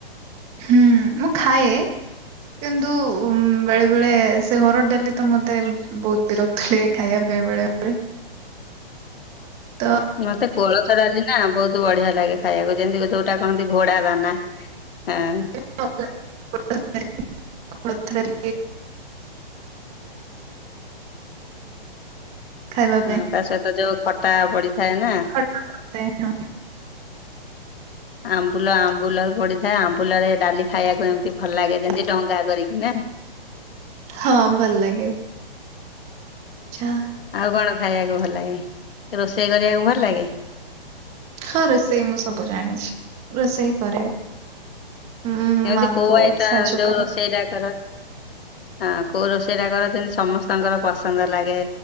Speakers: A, on the right; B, on the left.
A: ହୁଁ ମୁଁ ଖାଏ କିନ୍ତୁ ଉ ବେଳେ ବେଳେ ସେ ଘର ଡାଲି ତ ମତେ ବହୁତ ବିରକ୍ତି ଖାଇବା ପାଇଁ ବେଳେବେେଳେ ତ
B: ମତେ କୋଳଥ ଡାଲି ନା ବହୁତ ବଢିଆ ଲାଗେ ଖାଇବାକୁ ଯେମିତି ଯୋଉଟା କହନ୍ତି ଘୋଡା ଦାନା ହଁ
A: <unintelligible> କୋଳଥ ଡାଲି <unintelligible> ଖାଇବା
B: ହଁ
A: ପାଇଁ
B: ତା ସହିତ ଯୋଉ ଖଟା ପଡିଥାଏ ନା
A: ଖଟ ପଡିଥାଏ ନାଁ
B: ଆମ୍ବୁଲ ଆମ୍ବୁଲ ପଡିଥାଏ ଆମ୍ବୁଲ ରେ ଡାଲି ଖାଇବାକୁ ଏମିତି ଭଲ ଲାଗେ ଯେମିତି
A: ଭଲ
B: ଡଙ୍ଗା
A: ଲାଗେ।
B: କରିକି ନା।
A: ହଁ ଭଲ ଲାଗେ। ଆଚ୍ଛା
B: ଆଉ କଣ ଖାଇବାକୁ ଭଲ ଲାଗେ ରୋଷେଇ କରିବାକୁ ଭଲ ଲାଗେ?
A: ହଁ ରୋଷେଇ ମୁଁ ସବୁ ଜାଣିଛି ରୋଷେଇ କରେ। ଉଁ
B: ଏମିତି
A: ମା
B: କୋଉ
A: କୁ
B: ଆଇଟମ୍
A: ସାହାଯ୍ୟ
B: ଯୋଉ
A: କରେ
B: ରୋଷେଇଟା କର ହଁ କୋଉ ରୋଷେଇ ଟା କର ଯେମିତି ସମସ୍ତଙ୍କର ପସନ୍ଦ ଲାଗେ